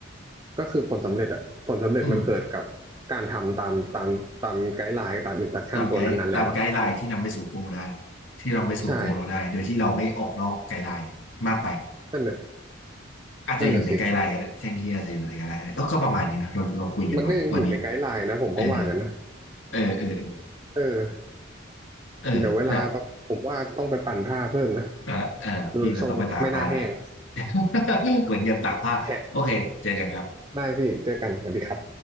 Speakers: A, on the right; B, on the left.
A: ก็คือผลสำเร็จอะผลสำเร็จมันเกิดกับ
B: อืม
A: การทำตามตามตามไกด์ไลน์ตามอินสตรัคชั่นตัวนั้นๆแล้วอะ
B: ตามไกด์ตามไกด์ไลน์ที่นำไปสู่โกลได้ที่นำไปสู่โกลเราได้โดยที่เราไม่ออกนอกไกด์ไลน์มากไป
A: ใช่นั่นน่ะ
B: อาจจะอยู่ในไกด์ไลน์ก็ได้แทนที่อาจจะอยู่ในไกด์ไลน์ก็ได้ก็ก็ประมาณนี้นะเราเราคุยกันวันวันนี้
A: นั่นน่ะสิมันก็ยังอยู่ในไกด์ไลน์นะผมก็ว่างั้นนะ
B: เออเออเออเออ
A: เออ
B: เออเดี๋ยว
A: เดี๋ยวเวลาผมว่าต้องไปปั่นผ้าเพิ่มนะ
B: ไปละเออพี่มันต้องไปตากผ้าละ
A: ดูทรงไม่น่าแห้ง
B: <laughs> เหมือนยันตากผ้าโอเคเจอกันครับ
A: แฉะได้พี่เจอกันสวัสดีครับ